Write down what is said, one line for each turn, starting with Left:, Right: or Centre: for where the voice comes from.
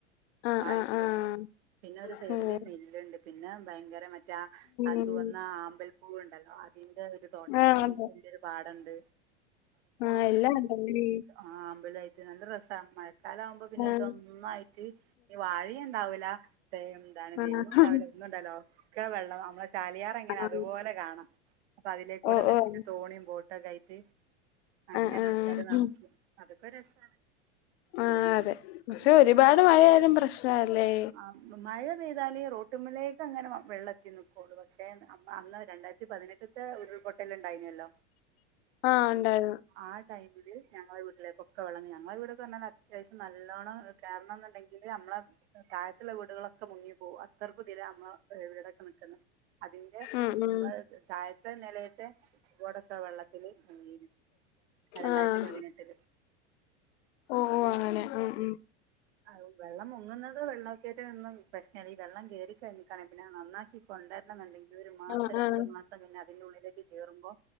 Left: ആഹ്
Right: വഴ
Left: ആഹ്
Right: കൃഷി
Left: ആഹ്
Right: പിന്നെ ഒരു സൈഡില്
Left: ഓഹ്
Right: നെല്ലുണ്ട് പിന്നെ ഭയങ്കര മ മറ്റെ ആ
Left: ഉം
Right: ചുവന്ന ആമ്പൽപ്പൂവ്ണ്ടല്ലോ, അതിന്റെ ഒരു തോട്ട
Left: ആഹ്
Right: ഒരു
Left: അതെ
Right: വല്ലിയൊരു പാടണ്ട്.
Left: ആഹ് എല്ലാം ഉണ്ട <unintelligible>
Right: ആഹ് ആമ്പലായിട്ട് നല്ല രസാ മഴ ഴക്കാലാവുമ്പോ പിന്നെ
Left: ആഹ്
Right: ഇതൊന്നായിട്ട് ഈ വാഴിണ്ടാവൂലാ എന്താണ്‌
Left: ആഹ്
Right: നെല്ലു ണ്ടാവൂല ന്നുണ്ടല്ലോ ഒക്കെ വെള്ളം നമ്മളെ ചാലിയാറെങ്ങനാ
Left: ആഹ്
Right: അതുപോലെ കാണാ. അപ്പൊ അതിലേക്കൂടെ
Left: ഓഹ്
Right: നെടുക്കിട്ട്
Left: ഓഹ്
Right: തോണിം ബോട്ടൊക്കെ ആയിട്ട്, അങ്ങനെ
Left: ആഹ് ആഹ്
Right: ആൾക്കാര് നടക്കും. അതൊക്കെ രസാണ്.
Left: ആ അതെ പക്ഷെ
Right: ഉം.
Left: ഒരുപാട് മഴയാലും പ്രശ്നാല്ലേ?
Right: ആ മഴ പെയ്താല് റോട്ട്മ്മലേക്കങ്ങനെ വെള്ളത്തി നിക്കൊള്ളൂ പക്ഷേ അന്ന് അമ്മ അന്ന് രണ്ടായി പതിനെട്ട്ത്തെ ഉരുൾപൊട്ടല് ണ്ടായിനല്ലോ.
Left: ആഹ് ണ്ടായിന്ന്.
Right: ആഹ് ടൈമില് ഞങ്ങളെ വീട്ടിലേകൊക്കെ വെള്ളന്ന് ഞങ്ങളെ വീടൊക്കെറഞ്ഞാൽ അത്യാവശ്യം നല്ലോണം കേറണംന്ന്ണ്ടെങ്കില് അമ്മളെ താഴത്തുള്ള വീടുകളൊക്കെ മുങ്ങിപ്പോകും അത്രക്കുതിലാ അമ്മ വീടൊക്കെ നിക്ക്ന്ന്. അതിന്റെ
Left: ഉം ഉം
Right: മ്മള തഴത്തെ നിലയത്തെ സ്വിച്ച്ബോടൊ വെള്ളത്തില് മുങ്ങീന്നു രണ്ടായിരത്തി
Left: ആഹ്
Right: പതിനെട്ടില്.
Left: ഓഹ് അങ്ങനെ ഉം ഉം.
Right: അ ഉ വെള്ളം മുങ്ങുന്നത് വെള്ളൊക്കെട്ട് നിന്നും പ്രശ്നംല്ല, ഈ വെള്ളം കേറി കഴിഞ്ഞിട്ടാണെ പിന്നെ നന്നാക്കി കൊണ്ടരണം ന്നുണ്ടെങ്കില് ഒരു മാസം
Left: ആഹ്
Right: രണ്ടു
Left: ആഹ്
Right: മാസം പിന്നെ അതിന്റെള്ളിലേക്ക് കേറുമ്പോ